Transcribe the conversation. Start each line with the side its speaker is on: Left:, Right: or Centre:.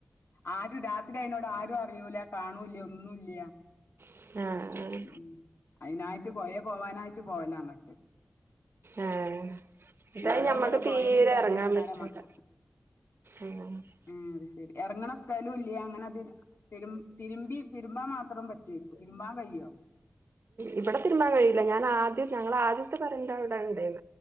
Left: ആ രാത് എന്നോട് ആരും അറിയൂല കാണൂല ഒന്നുമല്ല
Right: ആഹ് ആഹ്
Left: ഉം അയിനായി പോയ പോവാനായിട്ട് പോല അങ്ങട്ട്
Right: ആഹ് ഇതാ
Left: ഇവിടെ
Right: ഞമ്മക്ക്
Left: ഇവിടെ പോയന്നില്ലാത്ത
Right: തീരെ എറങ്ങാൻ
Left: ഇതിനാല
Right: പറ്റൂല
Left: മക്ക
Right: ഉം
Left: ആ അത് ശരി എറങ്ങണ സ്ഥലും ഇല്ലേ അങ്ങനെ തി രു തിരുമ്പി തിരുമ്പാ മാത്രം പറ്റുവക്കു തിരുമ്പാ കഴിയോ
Right: ഇവിടെ തിരുമാൻ കഴില്ല ഞാൻ ആദ്യം ഞങ്ങള ആദ്യത്തെ പറരന്റെ അവിടെ ഉണ്ടേൻ